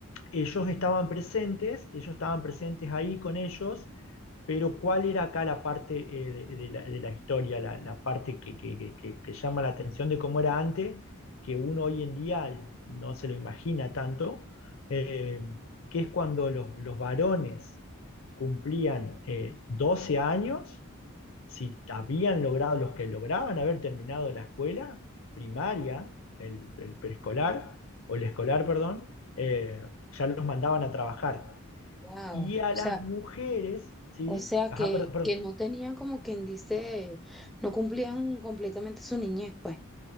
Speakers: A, on the left (about 65°); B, in the centre.
A: ellos estaban presentes, ellos estaban presentes ahí con ellos, pero ¿cuál era acá la parte eh, de, de la, de la historia, la, la parte que, que- que- que llama la atención de cómo era antes, que uno hoy en día no se lo imagina tanto, eh, que es cuando los, los varones cumplían eh, 12 años, si habían logrado los que lograban haber terminado la escuela primaria, el, el preescolar, o el escolar, perdón, eh, ya los mandaban a trabajar.
B: Wow,
A: Y a
B: o
A: las
B: sea,
A: mujeres, ¿sí?
B: o sea
A: Ajá,
B: que,
A: perdón, perdón.
B: que no tenían como quien dice, no cumplían completamente su niñez, pues.